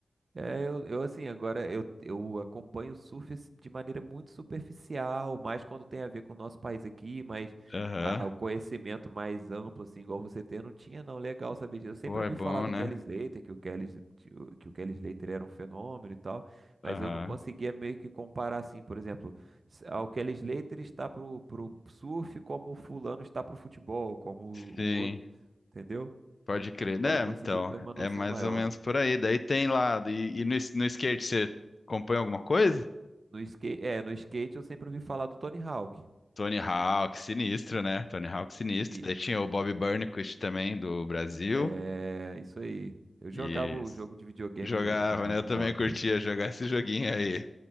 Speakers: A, on the right; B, on the left.
A: É, eu, eu assim, agora eu, eu acompanho o surf assim, de maneira muito superficial, mais quando tem a ver com o nosso país aqui, mas
B: Aham.
A: a- a- o conhecimento mais amplo, assim, igual você tem, eu não tinha não. Legal saber disso. Eu sempre
B: Pô, é
A: ouvi
B: bom,
A: falar do
B: né?
A: Kelly Slater, que o Kelly, S- que o que o Kelly Slater era um fenômeno e tal, mas
B: Aham.
A: eu não conseguia meio que comparar, assim, por exemplo, se- ah, o Kelly Slater está pro, pro surf como o fulano está pro futebol, como
B: Sim.
A: o o outro, entendeu?
B: Pode crer,
A: Agora
B: né?
A: eu consegui
B: Então,
A: ter uma
B: é
A: noção
B: mais
A: maior.
B: ou menos por aí. Daí tem lá, e, e no, es- no skate você acompanha alguma coisa?
A: No skate, é, no skate eu sempre ouvi falar do Tony Hawk.
B: Tony Hawk, sinistro, né? Tony Hawk, sinistro.
A: E
B: Daí tinha o Bob Burnquist também, do Brasil.
A: é isso aí. Eu jogava
B: E
A: o jogo de videogame
B: jogava,
A: do, do Tony
B: né? Eu também
A: Hawk.
B: curtia jogar esse joguinho aí.